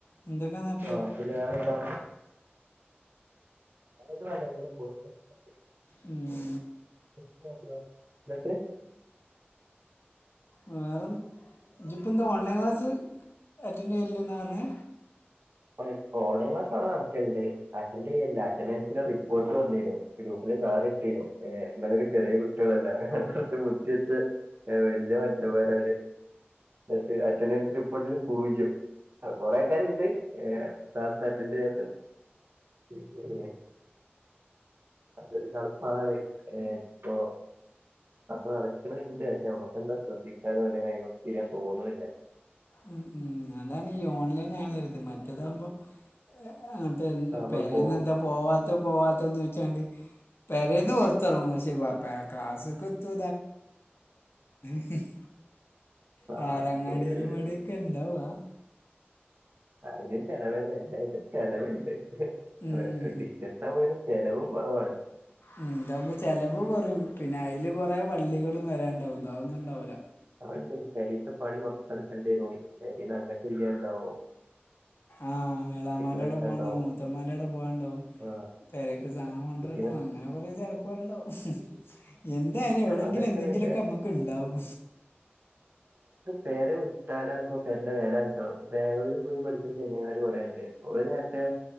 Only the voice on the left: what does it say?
എന്തക്കേ ന്ന്ട്ട്
മം
വേറെ ഇജിപ്പോം എന്താ ഓൺലൈൻ ക്ലാസ്സ് അറ്റൻഡ് ചെയ്ല ണ്ട് ന്നാണോ പറഞ്ഞെ
ഉമ് ഉമ് അതാണ് ഈ ഓൺലൈൻ അയാൾ രുത് മറ്റതാവ മ്പോ <unintelligible>
പേരെന്ന
എന്താ പോവാത്ത പോവാത്തന്ന് വെച്ചാണ്ട് പേരെന്ന് പൊറത്തിർങ്ങും പക്ഷെ <unintelligible> ക്ലസ്ക്ക ത്തു <unintelligible>
പാറങ്ങാടിൽ മടൊക്കെ ഉണ്ടവാ
ഉം
ഉമ് ഇതാപ്പ ചെലവ് കുറയും പിന്നെ അയില് കൊറെ വള്ളികളും വരാണ്ടാവും അതൊന്നും ഇണ്ടാവല
ആഹ് എളാമാന്റോടെ
പോവണ്ടാവും മൂത്തന്മാന്റോടെ പോവണ്ടാവും
പരൊക്കെ സാധനം കൊണ്ടരണ്ട
അങ്ങനെ കൊറെ ചെ <unintelligible> ണ്ടാവ എന്തായാലും എവിടെങ്കിലും
എന്തെങ്കിലുക്കെ
നമ്മക്ക് ഇണ്ടാവും